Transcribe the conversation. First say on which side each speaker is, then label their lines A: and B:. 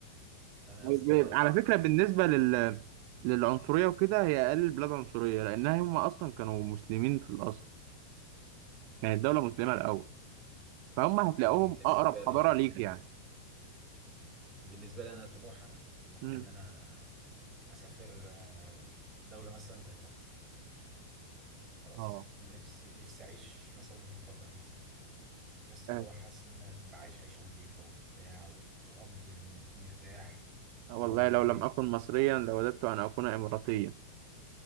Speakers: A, on the right; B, on the right.
A: انا
B: وب-
A: يا اسطى
B: على فكره بالنسبه لل للعنصريه وكده هي اقل البلاد عنصريه لانها هم اصلا كانوا مسلمين في الاصل يعني الدوله مسلمه الاول فهم هتلاقوهم
A: بالنسبه
B: اقرب
A: لي
B: حضاره ليك يعني
A: بالنسبه لي انا طموحي انا طموحي
B: مم.
A: ان انا اسافر آه، دوله مثلا زي قطر خلاص
B: اه
A: انا نفسي نفسي اعيش مثلا في قطر مثلا يا اسطى
B: آه،
A: اللي هو حاسس ان بعيش عيشه نظيفه وبتاع وقبض م- مرتاح
B: والله
A: و
B: لو لم اكن مصريا لوددت ان اكون اماراتيا